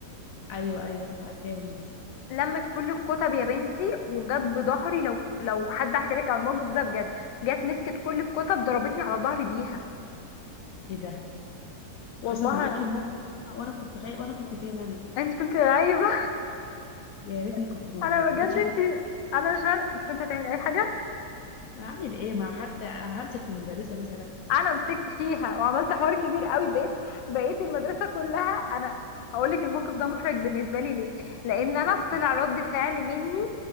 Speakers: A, on the left (about 70°); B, on the left (about 85°).
A: ايوه ايوه عارفاهم دول
B: لمت كل الكتب يا بنتي وجت بظهري لو لو حد حكى لك على الموقف ده بجد جت مسكت كل الكتب ضربتني على ظهري بيها
A: ايه ده
B: والله
A: حصل معاكي الموقف ده؟ وانا كنت غايب وانا كنت فين انا
B: انت كنت عايبه
A: يا ريتني كنت
B: <laughs>
A: موجود
B: انا بجد
A: ما كنتش عملت
B: انت
A: ايه
B: انا مش عارف- مش كنت هتعمل اي حاجه
A: ما اعمل ايه مع حد همسك المدرسه مثلا
B: انا مسكت فيها وعملت حوار كبير قوي بقيت بقيت المدرسه كلها انا هقول لك الموقف ده محرج بالنسبه لي ليه لان انا طلع
A: ليه
B: رد فعل مني